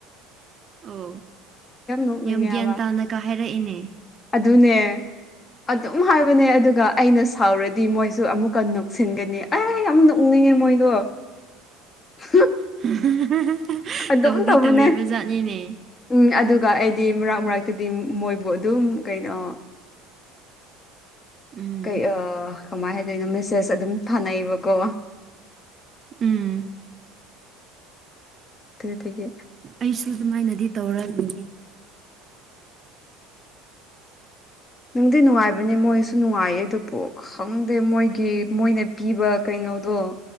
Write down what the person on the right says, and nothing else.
ꯑꯣ
ꯌꯥꯝ ꯒ꯭ꯌꯥꯟ
ꯇꯥꯅꯒ ꯍꯥꯏꯔꯛꯏꯅꯦ
<unintelligible>
ꯇꯧꯗꯤ
ꯇꯧꯔꯤꯕ ꯖꯥꯠꯅꯤꯅꯦ
ꯎꯝ
ꯎꯝ
ꯑꯩꯁꯨ ꯑꯗꯨꯃꯥꯏꯅꯗꯤ ꯇꯧꯔ ꯑꯗꯨꯂꯩ